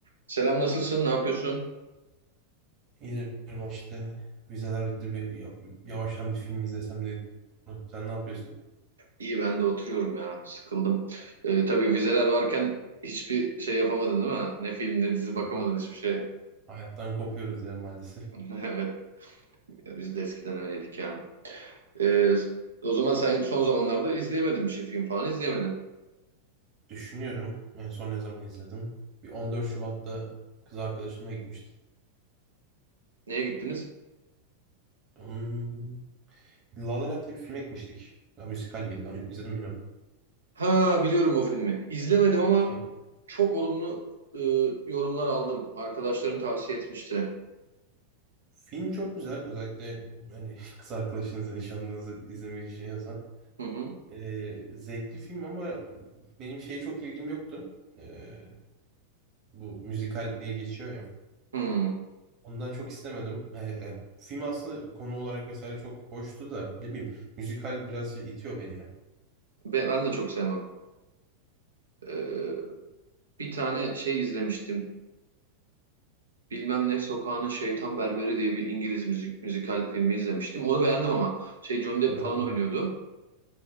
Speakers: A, on the right (about 75°); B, on the right (about 35°).
A: Selam nasılsın? Ne yapıyorsun?
B: İzledim işte. Vizeler bitti bir ya- yavaştan bir film izlesem de dedim. sen ne yapıyorsun?
A: İyi ben de oturuyorum ya. Sıkıldım. Ee, tabii vizeler varken hiçbir şey yapamadın değil mi? Ne film ne dizi bakamadın
B: Ya,
A: hiçbir şey.
B: hayattan kopuyoruz ya maalesef.
A: <laughs> Evet biz de eskiden öyleydik ya. Ee, o zaman sen son zamanlarda izleyemedin bir şey film falan izleyemedin.
B: Düşünüyorum en son ne zaman izledim? Bir 14 Şubat'ta kız arkadaşımla gitmiştik.
A: Neye gittiniz?
B: Hmm, La La Land diye bir filme gitmiştik. Ya, müzikal gibiydi. Daha önce izledim mi bilmiyorum.
A: Ha biliyorum o filmi. İzlemedim ama
B: Şey,
A: çok olumlu e, yorumlar aldım. Arkadaşlarım tavsiye etmişti.
B: film çok güzel. Özellikle hani <laughs> kız arkadaşınızı, nişanlınızı izlemeyi düşünüyorsan.
A: Hı hı.
B: Ee, zevkli film ama benim şeye çok ilgim yoktu. Ee, Bu müzikal diye geçiyor ya.
A: Hı.
B: Ondan çok istemedim. Ee, e, film aslında konu olarak vesaire çok hoştu da ne bileyim müzikal biraz şey itiyor beni ya.
A: Be- Ben de çok sevmem. Ee, bir tane şey izlemiştim. bilmem ne sokağının şeytan berberi diye bir İngiliz müzik, müzikal filmi izlemiştim. Onu beğendim ama şey Johnny Depp
B: Öyle
A: falan
B: mi?
A: oynuyordu.